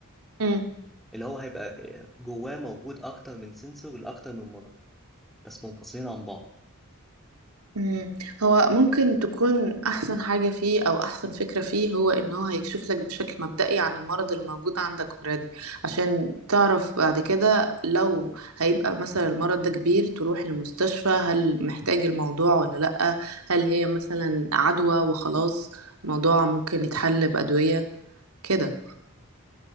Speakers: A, on the right (about 80°); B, in the centre.
A: مم.
B: اللي هو هيبقى جواه موجود أكتر من سنسور لأكتر من مرض بس منفصلين عن بعض
A: مم. هو ممكن تكون أحسن حاجة فيه أو أحسن فكرة فيه هو إن هو هيكشف لك بشكل مبدئي عن المرض اللي موجود عندك اوريدي عشان تعرف بعد كده لو هيبقى مثلا المرض ده كبير تروح المستشفى هل محتاج الموضوع ولا لأ هل هي مثلا عدوى وخلاص الموضوع ممكن يتحل بأدوية كده